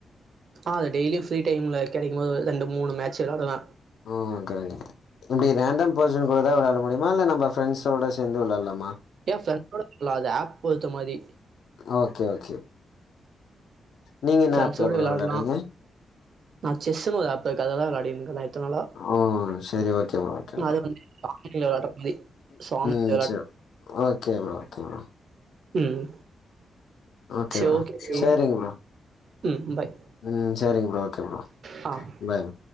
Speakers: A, on the right (about 60°); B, on the left (about 75°).
A: ஆ அது டெய்லியு ஃப்ரீ டைம்ல கெடக்கும் போது ரெண்டு மூணு மேட்ச் வெள்ளாடுவ
B: <unintelligible> இப்டி ரேண்டம் பர்சன் கூடதா வெள்ளாட முடியுமா இல்ல நம்ப ஃப்ரண்ட்ஸோட சேந்து வெள்ளாட்லாமா
A: ஏ ஃப்ரெண்டோ <inaudible> அது ஆப் பொறுத்த மாதி
B: அ ஓகே ஓகே நீங்க என்ன
A: ஃப்ரெண்ட்ஸோட
B: ஆப்ல ப்ரோ
A: விளாடலா
B: வெள்ளாடுவீங்க
A: நா செஸ்னு ஒரு ஆப்புருக்கு அதுலதா வெள்ளாடின்க இத்தனாளா
B: ஓ செரி ஓகே ப்ரோ ஓகே ப்ரோ
A: அது வந்து <unintelligible> வெள்ளாயாட்ற மாரி <unintelligible>
B: ம்
A: வெள்ளயாட்
B: செரி ஓகே ப்ரோ ஓகே ப்ரோ
A: ம்
B: ஓகே
A: சே
B: ப்ரோ
A: ஓகேடி
B: சேரிங்க ப்ரோ
A: ம் பாய்
B: ம் சேரிங் ப்ரோ ஓகே ப்ரோ
A: அ
B: பாய் ம